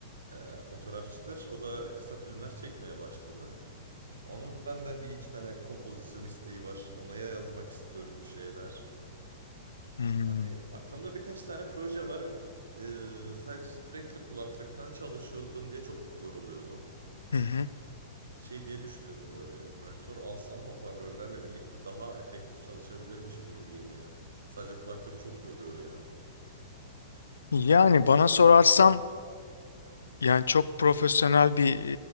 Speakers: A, on the right (about 85°); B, on the left (about 85°).
A: Ee, fotoğrafçıdır. O da kısa filmler çekmeye başladı. Onun benden bir iki tane kompozisyon isteği var. Ona ya yazmak istiyorum bir şeyler.
B: hmm,
A: Hani aklımda birkaç tane proje var. Ee, sadece sürekli kulaklıktan çalışıyordum diye çok yoruluyordum.
B: Hı hı.
A: Şey diye düşünüyorum böyle. Monitör alsam hoparlörlerle birlikte daha efektif çalışabilirmişim gibi geliyor. Sadece kulaklık çok yoruyor ya.
B: Yani bana sorarsan yani çok profesyonel bir